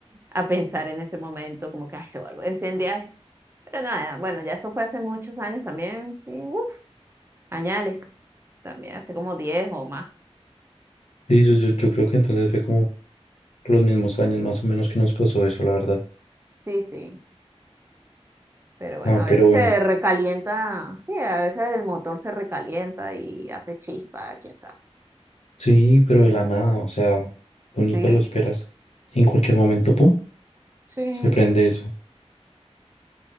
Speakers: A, on the right (about 20°); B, on the left (about 80°).
A: a pensar en ese momento, como que ay, se vuelve a encender esto. Pero nada, bueno, ya eso fue hace muchos años también, sí, uf, añales, también hace como 10 o más.
B: Sí, yo, yo, yo creo que entonces fue como los mismos años más o menos que nos pasó eso, la verdad.
A: Sí, sí, pero bueno,
B: Ah,
A: a
B: pero
A: veces
B: bueno.
A: se recalienta, sí, a veces el motor se recalienta y hace chispa, quién sabe.
B: Sí, pero de la nada, o sea, tú
A: Sí,
B: ni te lo esperas.
A: sí,
B: Y en cualquier momento, pum,
A: sí.
B: se prende eso.